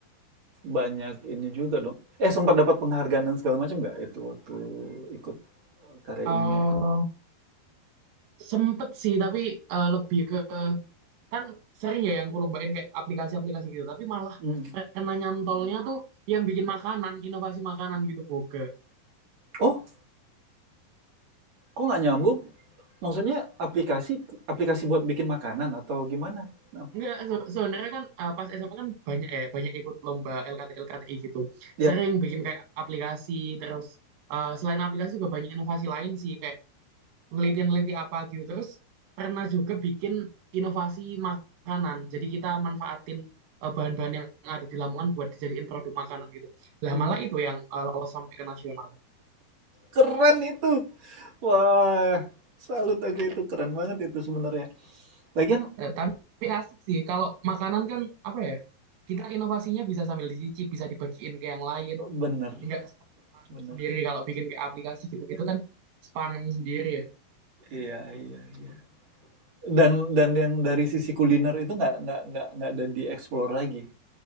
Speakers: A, on the right (about 40°); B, on the right (about 85°).
A: banyak ini juga dong. Eh sempat dapat penghargaan dan segala macam nggak itu waktu ikut karya
B: eh
A: ilmiah itu.
B: sempet sih tapi eh, lebih ke kan sering ya yang kulombain kayak aplikasi-aplikasi gitu tapi malah
A: Mm.
B: karena nyantolnya tuh yang bikin makanan inovasi makanan gitu boga
A: Oh, kok nggak nyambung? Maksudnya aplikasi aplikasi buat bikin makanan atau gimana? Nah,
B: enggak se- sebenarnya kan eh, pas SMA kan banyak ya banyak ikut lomba LKT LKTI gitu
A: ya,
B: sering bikin kayak aplikasi terus eh, selain aplikasi juga banyak inovasi lain sih kayak ngeliti-ngeliti apa gitu. Terus pernah juga bikin inovasi makanan. Jadi kita manfaatin eh, bahan-bahan yang ada di Lamongan buat dijadiin produk makanan gitu. Lah
A: Mm.
B: malah itu yang eh, lolos sampai ke nasional.
A: keren itu. Wah, salut aku itu keren banget itu sebenarnya. Lagian
B: Eh, tapi asik sih kalau makanan kan apa ya? Kita inovasinya bisa sambil dicicip, bisa dibagiin ke yang lain.
A: bener,
B: Enggak sepaneng
A: bener.
B: sendiri kalau bikin kayak aplikasi gitu-gitu kan sepaneng sendiri ya.
A: Iya, iya, iya. Dan dan yang dari sisi kuliner itu nggak nggak nggak nggak ada dieksplor lagi.